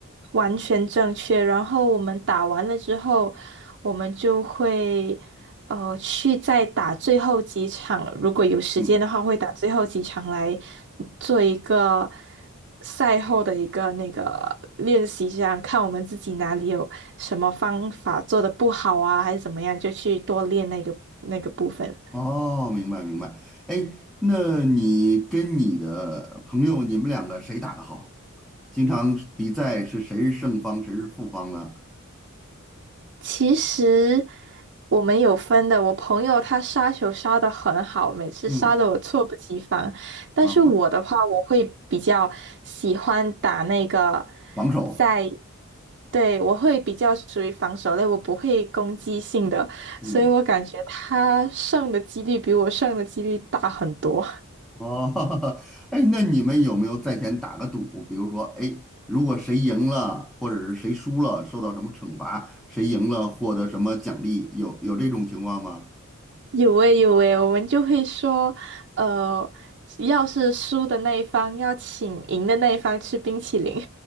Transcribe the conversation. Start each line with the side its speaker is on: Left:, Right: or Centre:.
Right: 完全正确。然后我们打完了之后，我们就会呃去再打最后几场，如果有时间的话，
Centre: 嗯，
Right: 会打最后几场来做一个赛后的一个那个练习，这样看我们自己哪里有什么方法做的不好啊，还是怎么样，就去多练那个那个部分。
Centre: 哦，明白明白。哎，那你跟你的朋友，你们两个谁打的好？经常比赛是谁是胜方，谁是负方呢？
Right: 其实我们有分的，我朋友他杀球杀的很好，每次杀的我猝不及防。
Centre: 嗯，
Right: 但是我的话，
Centre: 啊，
Right: 我会比较喜欢打那个
Centre: 防守。
Right: 在，对，我会比较属于防守类，我不会攻击性的，
Centre: 嗯。
Right: 所以我感觉他胜的几率比我胜的几率大很多。
Centre: 哦，<laughs> 哎，那你们有没有在前打个赌？比如说，哎，如果谁赢了，或者是谁输了，受到什么惩罚？谁赢了获得什么奖励？有有这种情况吗？
Right: <laughs> 有诶有诶，我们就会说，呃，要是输的那一方要请赢的那一方吃冰淇淋。